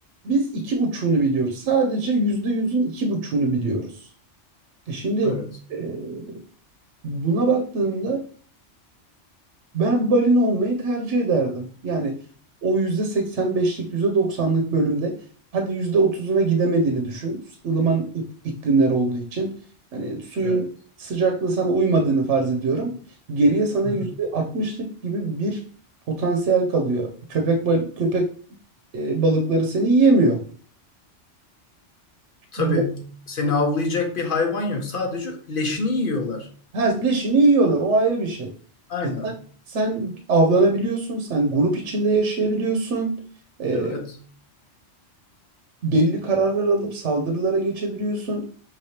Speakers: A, on the right; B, on the left.
A: Biz iki buçuğunu biliyoruz. Sadece yüzde yüzün iki buçuğunu biliyoruz. E şimdi
B: Evet.
A: e, Buna baktığımda Ben balin olmayı tercih ederdim. Yani o yüzde seksen beşlik yüzde doksanlık bölümde hadi yüzde otuzuna gidemediğini düşün. ılıman ik- iklimler olduğu için. Hani suyun
B: Evet.
A: sıcaklığı sana uymadığını farz ediyorum. Geriye sana
B: Hı
A: yüzde
B: hı.
A: altmışlık gibi bir potansiyel kalıyor. Köpek bal- köpek e, balıkları seni yiyemiyor.
B: Tabii
A: Ba-
B: seni avlayacak bir hayvan yok. Sadece leşini yiyorlar.
A: Ha, leşini yiyorlar. O ayrı bir şey.
B: Aynen.
A: E sen, sen avlanabiliyorsun. Sen grup içinde yaşayabiliyorsun. E,
B: Evet.
A: belli kararlar alıp saldırılara geçebiliyorsun.